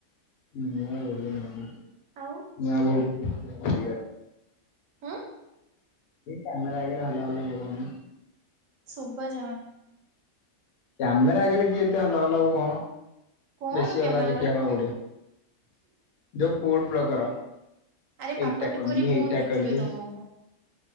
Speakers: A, on the left (about 80°); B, on the right (about 70°).
A: ନୂଆବୋହୂ ନୂଆବୋହୂ
B: ଆଉ
A: <unintelligible>
B: ଆଁ।
A: କ୍ୟାମେରା ଆଗରେ ହଲ ହଲ ହେବ କହୁନ।
B: ଶୁଭା ଯାଉନି।
A: କ୍ୟାମେରା ଆଗରେ କିଏ ଏତେ ହଲ ହଲ ହବ କୋହୁନ।
B: କଣ
A: ବେଶୀ
B: କ୍ୟାମେରା
A: ଅଲାଜୁକ
B: ଘରେ
A: ହବା
B: କଣ
A: କୁ ପଡିବ ଯୋଉଁ ଫୁଡ ବ୍ଲଗର।
B: ଆରେ ପାପା
A: ଏଇଟା
B: କିପରି
A: କଲି ହେଇଟା
B: ବୋଉ ଦେଖିବେ
A: କଲି
B: ତମକୁ।